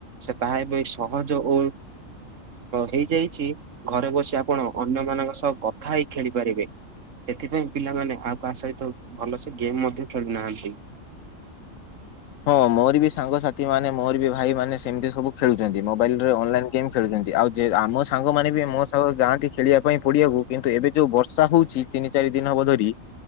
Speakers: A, on the right; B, on the left.
A: ସେ ତାହା ଏବେ ସହଜ ଓ ହେଇଯାଇଛି ଘରେ ବସି ଆପଣ ଅନ୍ୟମାନଙ୍କ ସହ କଥା ହେଇ ଖେଳିପାରିବେ। ସେଥିପାଇଁ ପିଲାମାନେ ଆଉ କାହା ସହିତ ଭଲସେ ଗେମ୍ ମଧ୍ୟ ଖେଳୁନାହାନ୍ତି।
B: ହଁ ମୋର ବି ସାଙ୍ଗସାଥି ମାନେ ମୋର ବି ଭାଇ ମାନେ ସେମିତି ସବୁ ଖେଳୁଛନ୍ତି ମୋବାଇଲ ରେ ଅନଲାଇନ ଗେମ୍ ଖେଳୁଛନ୍ତି ଆଉ ଆମ ସାଙ୍ଗମାନେ ବି ମୋ ସାଙ୍ଗ ଯାଆନ୍ତି ଖେଳିବାକୁ ପଡିଆକୁ କିନ୍ତୁ ଏବେ ଯୋଉ ବର୍ଷା ହଉଛି ତିନି ଚାରି ଦିନ ହବ ଧରି